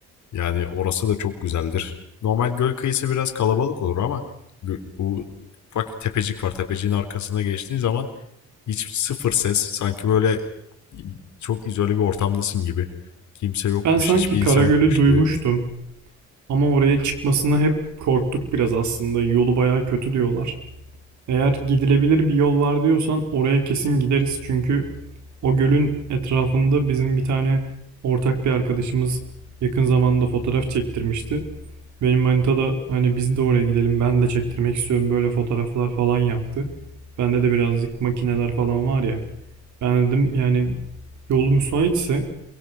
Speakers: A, on the left; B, on the right.
A: Yani orası da çok güzeldir. Normal göl kıyısı biraz kalabalık olur ama bu bak bir tepecik var. Tepeciğin arkasına geçtiğin zaman hiç sıfır ses. Sanki böyle çok izole bir ortamdasın gibi. Kimse yokmuş,
B: Ben sanki
A: hiçbir
B: Karagöl'ü
A: insan yokmuş
B: duymuştum
A: gibi.
B: ama oraya çıkmasına hep korktuk biraz aslında. Yolu bayağı kötü diyorlar. Eğer gidilebilir bir yol var diyorsan oraya kesin gideriz. Çünkü o gölün etrafında bizim bir tane ortak bir arkadaşımız yakın zamanda fotoğraf çektirmişti. Benim manita da hani biz de oraya gidelim ben de çektirmek istiyorum böyle fotoğraflar falan yaptı. Bende de birazcık makineler falan var ya. Ben dedim yani yolu müsaitse